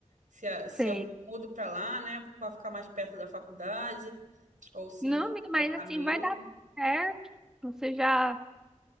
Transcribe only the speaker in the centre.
Sei.
Não,
amiga,
mas
assim,
vai dar tudo certo. Você já,